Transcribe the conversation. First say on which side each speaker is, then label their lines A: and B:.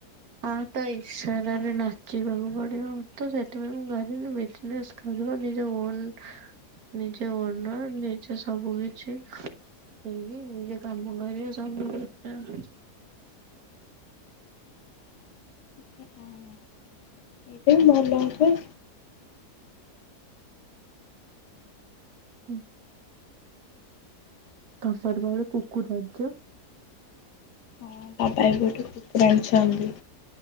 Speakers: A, on the right; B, on the left.
A: ଆ ତା ଇଶାରାରେ ନାଚିବାକୁ ପଡିବ ତ ସେଥିପାଇଁ ମୁଁ ଭାବିଲି ବିଜନେସ। କରିବ ନିଜ ଓନ ନିଜେ ଓନର ନିଜେ ସବୁ କି ଛି ସେଇବି ନିଜ କାମ କରିବା ସବୁଠୁ ବେଟର।
B: ହଁ ଅଁ। ଏଇଟା ହିଁ ଭଲ ହବ।
A: ହୁଁ। ତମର ବା ଗୋଟେ କୁକୁର ଆଣିଛ।
B: ହଁ ବାବା ଏବେ ଗୋଟେ କୁକୁର ଆଣିଛନ୍ତି।